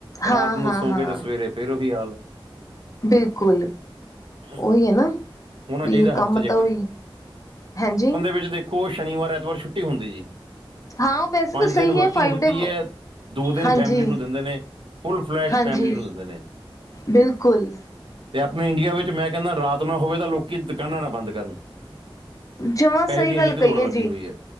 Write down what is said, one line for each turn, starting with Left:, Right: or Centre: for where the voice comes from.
Left: ਹਾਂ
Right: ਰਾਤ ਨੂੰ
Left: ਹਾਂ
Right: ਸੋਂ
Left: ਹਾਂ
Right: ਕੇ 'ਤੇ ਸਵੇਰੇ ਫੇਰ ਓਹੀ ਹਾਲ।
Left: ਬਿਲਕੁਲ,
Right: ਹੈ।
Left: ਓਈ ਐ ਨਾ।
Right: ਹੋਣਾ
Left: ਵੀ
Right: ਚਾਹੀਦਾ
Left: ਕੰਮ
Right: ਹਫ਼ਤੇ
Left: ਤਾਂ ਓਹੀ ਏ, ਹੈਂਜੀ।
Right: ਵਿਚ ਦੇਖੋ, ਸ਼ਨੀਵਾਰ, ਐਤਵਾਰ ਛੁੱਟੀ ਹੁੰਦੀ ਜੇ,
Left: ਹਾਂ ਵੈਸੇ
Right: ਪੰਜ
Left: ਤਾਂ ਸਹੀ
Right: ਦਿਨ ਵਰਕਿੰਗ
Left: ਹੈ ਫਾਈਵ
Right: ਹੁੰਦੀ
Left: ਡੇ
Right: ਐ। ਦੋ ਦਿਨ
Left: ਹਾਂਜੀ
Right: ਫੈਮਿਲੀ ਨੂੰ ਦਿੰਦੇ ਨੇ, ਫੁੱਲ- ਫਲੈਸ਼
Left: ਹਾਂਜੀ
Right: ਫੈਮਿਲੀ ਨੂੰ ਦਿੰਦੇ ਨੇ।
Left: ਬਿਲਕੁਲ।
Right: ਤੇ ਆਪਨੇ ਇੰਡੀਆ ਵਿੱਚ ਮੈਂ ਕੈਂਨਾ, ਰਾਤ ਨਾ ਹੋਵੇ ਤਾ ਲੋਕੀ ਦੁਕਾਨਾਂ ਨਾਂ ਬੰਦ ਕਰਨ।
Left: ਜਵਾਂ
Right: ਪੈਸੇ
Left: ਸਈ
Right: ਦੀ
Left: ਗੱਲ
Right: ਇੰਨੀ ਕੁ
Left: ਕਈ
Right: ਦੌੜ ਲੱਗੀ
Left: ਏ ਜੀ।
Right: ਹੋਈ ਹੈ